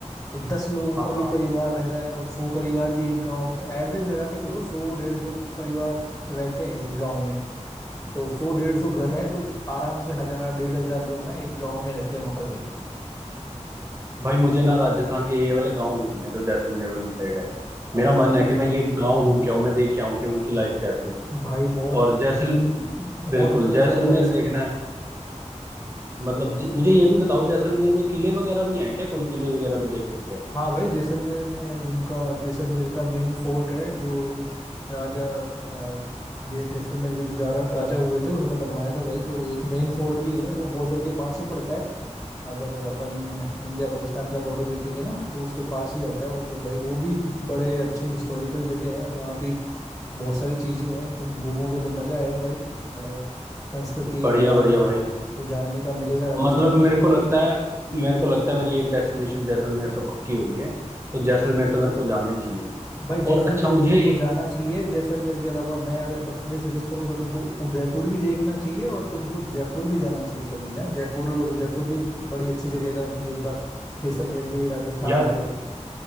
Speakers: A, on the left; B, on the right.
A: तो दस लोगों
B: हाँ
A: का भी परिवार रह रहा है और सौ परिवार भी एक गांव में एवरेज लगा के चलो सौ डेढ़ सौ परिवार रहते हैं एक गांव में तो सौ डेढ़ सौ घर है तो आराम से हजार डेढ़ हजार लोग ना एक गांव में रहते हैं वहां पर भाई
B: भाई मुझे ना राजस्थान के ये वाले गांव घूमने जो जैसलमेर वाली साइड है
A: अच्छा
B: मेरा मन
A: अच्छा
B: है कि मैं ये गांव घूम के आऊं मैं देख के आऊं कि उनकी लाइफ कैसी है
A: भाई बहुत
B: और जैसल
A: बहुत
B: बिल्कुल
A: गजब
B: जैसलमेर
A: लाइफ
B: देखना
A: है भाई
B: है मतलब ज- मुझे ये भी बताओ जैसलमेर में किले वगैरह भी हैं क्या कोई किले वगैरह भी देख सकते
A: हाँ भाई जैसलमेर में उनका जैसलमेर का मेन फोर्ट है जो राजा अ, ये जैसलमेर के जो जारा राजा हुए थे उन्होंने बनवाया था भाई तो एक मेन फोर्ट भी है वो बॉर्डर के पास ही पड़ता है अगर अपन इंडिया पाकिस्तान का बॉर्डर देखेंगे ना तो उसके पास ही आता है वो तो भाई वो भी बड़े अच्छे हिस्टोरिकल जगह है वहाँ भी बहुत सारी चीजें हैं तुम घूमोगे तो मजा आएगा भाई अ, संस्कृति
B: हैं बढ़िया
A: हमारी
B: बढ़िया भाई
A: को जानने का मिलेगा राजस्थान
B: मतलब मेरे
A: को
B: को लगता है मेरे को लगता है मेरी एक डेस्टिनेशन जैसलमेर तो पक्की हो गई है तो जैसलमेर तो मेरे को जाना ही चाहिए
A: भाई जैसलमेर
B: और अच्छा मुझे
A: को तुमको
B: एक
A: जाना चाहिए जैसलमेर के अलावा मैं अगर पर्सनली सजेस्ट करूँ तो तुमको उदयपुर भी देखना चाहिए और तुमको जयपुर भी जाना चाहिए कभी ना जयपुर और उदयपुर भी बड़ी अच्छी जगह है अगर तुम एक बार जैसलमेर के लिए राजस्थान
B: यार
A: आ रहे हो